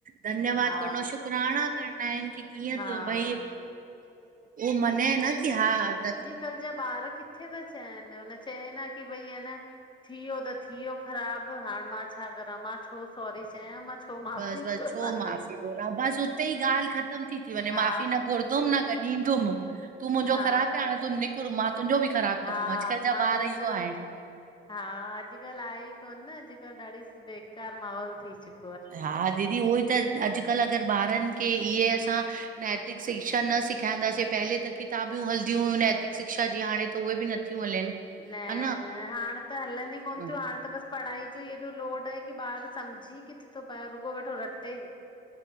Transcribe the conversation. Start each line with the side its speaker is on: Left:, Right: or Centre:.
Right: धन्यवाद
Left: हा
Right: करणो आ शुकराना करणा आहिन की कीअं
Left: हा
Right: त भई। उह मने न की हा न।
Left: अॼकल जा ॿार किथे था। चयन हुन चए न की भई आ न। थीवयो त थीवयो ख़राबु हाणे मां छा करां मां छो सॉरी चया मां। छो माफ़ी
Right: बस बस
Left: घुरां
Right: छो माफ़ी घुरा बस उते ई ॻाल्हि ख़तम थी। ती वञे
Left: हा
Right: माफ़ी न घुरंदम न। त ॾीदुम। तूं मुंहिंजो
Left: हा
Right: ख़राब कै हाणे तू निकुर मां तुंहिंजो भी ख़राब
Left: हा
Right: कंदम अजकल
Left: आत्मातंजो
Right: जा ॿार इहो आहिन।
Left: हा अजकल आहे ई कोन न अजकल ॾाढी बेकार माहौल थी चुक
Right: हा। दीदी उहो त अॼ। अजकल अॻर ॿारन खे इहे असां नैतिक शिक्षा न सेखारींदासीं पेहले त। किताबियूं हलंदियूं हुयूं नैतिक शिक्षा जी हाणे त उहे बि नथियूं हलनि।
Left: न
Right: हा
Left: हाणे त हलनि ई कोन
Right: न
Left: थियूं हाणे त बसि पढ़ाई जो ई। हेॾओ लोड आहे की ॿार समझी किथे थो पाए रुको बेठो रटे।